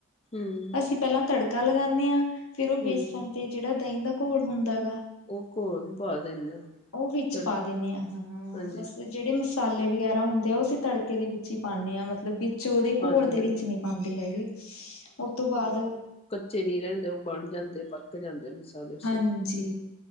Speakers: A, on the left; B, on the left.
A: ਹੂੰ
B: ਅਸੀਂ। ਪਹਿਲਾਂ ਤੜਕਾ ਲਗਾਉਂਦੇ ਹਾਂ ਫੇਰ ਉਹ ਬੇਸਣ
A: ਹੂੰ
B: ਤੇ ਜਿਹੜਾ ਦਹੀਂ ਦਾ ਘੋਲ ਹੁੰਦਾ ਗਾ
A: ਉਹ ਘੋਲ ਪਾ ਦਿੰਦੇ ਆ
B: ਉਹ ਵਿੱਚ
A: ਤੜ
B: ਪਾ ਦਿਨੇ ਆ ਹਾਂ।
A: ਹਾਂਜੀ
B: ਬਸ ਜਿਹੜੇ ਮਸਾਲੇ ਵਗੈਰਾ ਹੁੰਦੇ ਆ ਉਹ ਅਸੀਂ ਤੜਕੇ ਦੇ ਵਿੱਚ ਹੀ ਪਾਦੇ ਹਾਂ ਮਤਲਬ ਕਿ। ਵਿੱਚ ਉਹਦੇ
A: ਹਾਂਜੀ
B: ਘੋਲ
A: ਹਾਂਜੀ
B: ਦੇ ਵਿੱਚ ਨੀ ਪਾਉਂਦੇ ਹੈਗੇ ਉਸ ਤੋਂ ਬਾਅਦ।
A: ਵਿੱਚ ਨਹੀਂ ਰਹਿੰਦੇ ਉਹ ਬਣ ਜਾਂਦੇ ਪੱਕ ਜਾਂਦੇ। ਮਸਾਲੇ ਮਸੂਲੇ
B: ਹਾਂਜੀ